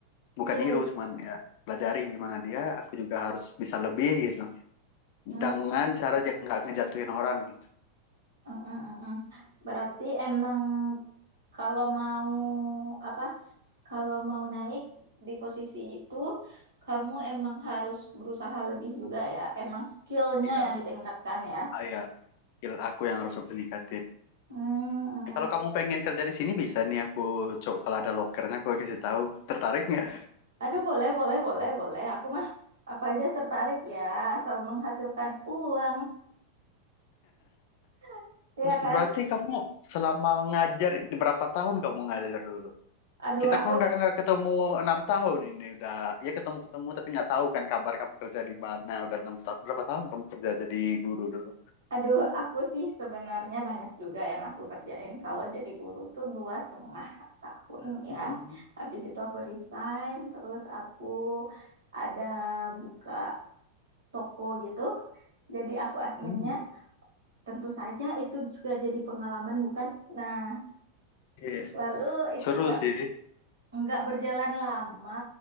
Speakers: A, on the left (about 45°); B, on the right (about 60°).
A: bukan
B: Iya.
A: niru
B: iya.
A: cuman ya pelajari gimana dia aku juga harus bisa lebih gitu
B: Mm,
A: dengan cara yang nggak ngejatuhin orang gitu
B: mm, mm, mm, mm. Berarti emang kalau mau apa? Kalau mau naik di posisi itu, kamu emang harus berusaha lebih juga ya. Emang skillnya
A: Iya.
B: yang ditingkatkan ya.
A: ah, ya skill aku yang harus aku ningkatin
B: Hmm, mm, mm,
A: Kalau kamu pengen kerja di sini bisa nih aku cok kalau ada lokernya aku kasih tahu. Tertarik nggak?
B: Aduh, boleh, boleh, boleh, boleh. Aku mah apa aja tertarik ya, asal menghasilkan uang, <laughs>
A: Terus
B: ya kan?
A: berarti kamu selama ngajar ini berapa tahun kamu ngajar dulu?
B: Aduh,
A: Kita
B: aku,
A: kan udah nggak ketemu enam tahun ini udah ya ketemu ketemu tapi nggak tahu kan kabar kamu kerja di mana udah enam tahun berapa tahun kamu kerja jadi guru dulu?
B: aduh, aku sih sebenarnya banyak juga yang aku kerjain. Kalau jadi guru tuh dua setengah tahun ya.
A: Hmm.
B: Habis itu aku resign, terus aku ada buka toko gitu. Jadi aku adminnya.
A: Hmm.
B: Tentu saja itu juga jadi pengalaman, bukan? Nah,
A: Iya
B: lalu itu
A: seru
B: nggak
A: sih.
B: nggak berjalan lama,